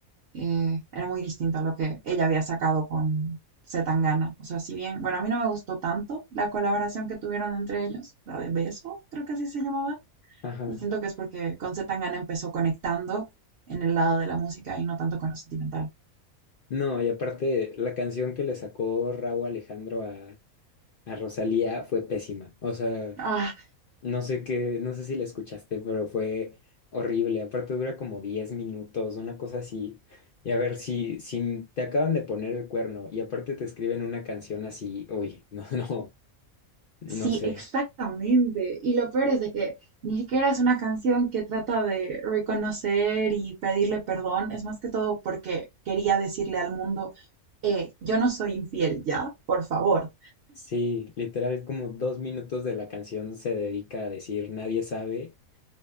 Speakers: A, on the right (about 55°); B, on the left (about 65°).
A: eh, era muy distinto a lo que ella había sacado con Zetangana. O sea, si bien, bueno, a mí no me gustó tanto la colaboración que tuvieron entre ellos, la de Beso, creo que así se llamaba
B: Ajá.
A: y siento que es porque con C. Tangana empezó conectando en el lado de la música y no tanto con lo sentimental.
B: No, y aparte, la canción que le sacó Rauw Alejandro a a Rosalía fue pésima. O sea,
A: Ah,
B: no sé qué, no sé si la escuchaste, pero fue horrible. Aparte dura como 10 minutos, una cosa así. Y a ver, si, si te acaban de poner el cuerno y aparte te escriben una canción así, uy, no, <laughs> no, no
A: sí,
B: sé.
A: exactamente. Y lo peor es de que ni siquiera es una canción que trata de reconocer y pedirle perdón, es más que todo porque quería decirle al mundo, eh, yo no soy infiel ya, por favor,
B: Sí, literal como dos minutos de la canción se dedica a decir nadie sabe.